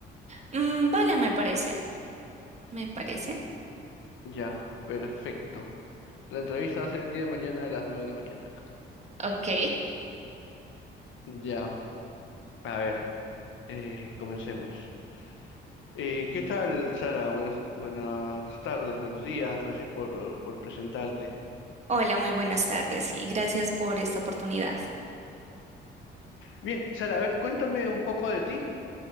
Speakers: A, on the right; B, on the left.
A: Mm, vale, me parece, me parece.
B: Y- Ya, perfecto. La entrevista va a ser el día de mañana a las 9 de la mañana.
A: Ok,
B: Ya, a ver, eh, comencemos. Eh, ¿qué tal, Sara? Buenas, buenas tardes, buenos días, gracias por, por presentarte.
A: <laughs> Hola, muy buenas tardes y gracias por esta oportunidad.
B: Bien, Sara, a ver, cuéntame un poco de ti.